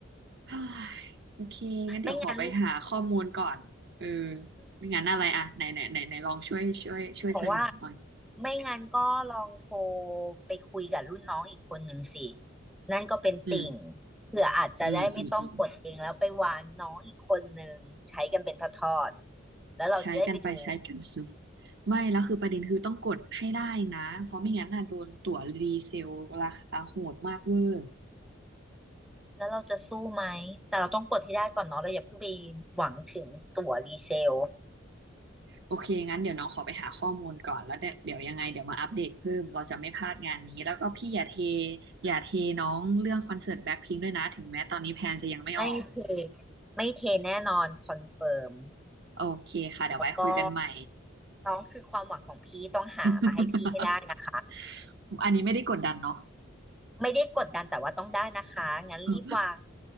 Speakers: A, on the right; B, in the centre.
A: เฮ้ยโอเคงั้นเดี๋ยวขอไปหาข้อมูลก่อนเออ
B: ไม่งั้น
A: ไม่งั้นอะไรอะไหนไหนไหนไหนลองช่วยช่วยช่วยเสนอหน่อย
B: บอกว่าไม่งั้นก็ลองโทรไปคุยกับรุ่นน้องอีกคนหนึ่งสิ นั่นก็เป็นติ่ง
A: อืม
B: เผื่ออาจจะได้ไม่ต้องกดเองแล้วไปวานน้องอีกคนหนึ่งใช้กันเป็นทอดๆแล้วเราจะได้ไปดู
A: อืมอืมอืมใช้กันไปใช้กันมาไม่แล้วคือประเด็นคือต้องกดให้ได้นะเพราะไม่งั้นน่ะโดนตั๋วรีเซลราคาโหดมากเวอร์
B: แล้วเราจะสู้ไหมแต่เราต้องกดให้ได้ก่อนเนาะเราอย่าเพิ่งไปหวังถึงตั๋วรีเซล
A: โอเคงั้นเดี๋ยวน้องขอไปหาข้อมูลก่อนแล้วเดี๋ยวเดี๋ยวยังไงเดี๋ยวมาอัปเดตเพิ่มเราจะไม่พลาดงานนี้แล้วก็พี่อย่าเทอย่าเทน้องเรื่องคอนเสิร์ตแบ็คพิงค์ด้วยนะถึงแม้ตอนนี้แพลนจะยังไม่ออก
B: ไม่เทไม่เทแน่นอนคอนเฟิร์ม
A: โอเคค่ะเดี๋ยวไว้คุยกันใหม่
B: ก็ น้องคือความหวังของพี่ต้องหามาให้พี่ให้ได้นะคะ
A: <laughs> อันนี้ไม่ได้กดดันเนาะ
B: ไม่ได้กดดันแต่ว่าต้องได้นะคะงั้นรีบวาง
A: <laughs>